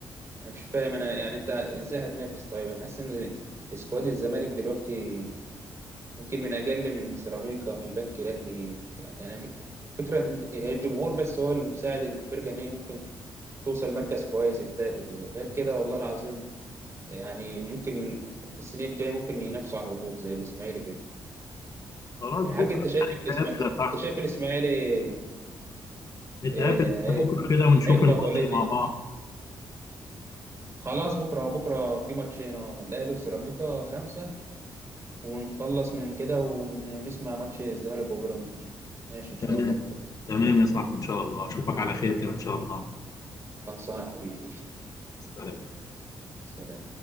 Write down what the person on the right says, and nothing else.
انا مش فاهم انا يعني انت ازاي هتنافس طيب انا حاسس ان سكواد الزمالك دلوقتي ممكن من اجل من سيراميكا من البنك الاهلي يعني انا مش... فكره إن هي الجمهور بس هو اللي مساعد الفرقه ان هي ممكن توصل مركز كويس التالت غير كده والله العظيم يعني ممكن السنين الجايه ممكن ينافسوا على الهبوط زي الاسماعيلي كده
من حق
انت شايف الاسماعيلي
انت شايف الاسماعيلي إيه...
إيه...
هيهبط
ولا ايه الدنيا
خلاص بكره بكره في ماتشين اه الاهلي وسيراميكا خمسه ونخلص من كده ون... ونسمع ماتش الزمالك وبيراميدز ان شاء الله ماشي ان شاء
الله بكره
خلصانه يا حبيبي قشطه
سلام